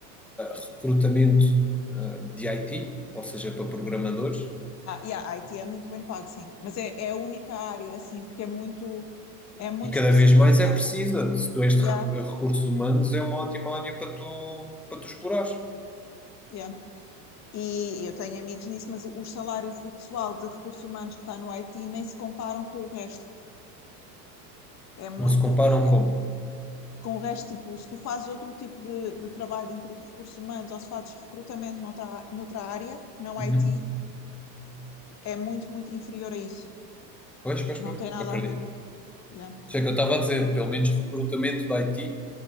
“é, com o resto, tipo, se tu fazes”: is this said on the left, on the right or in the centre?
Left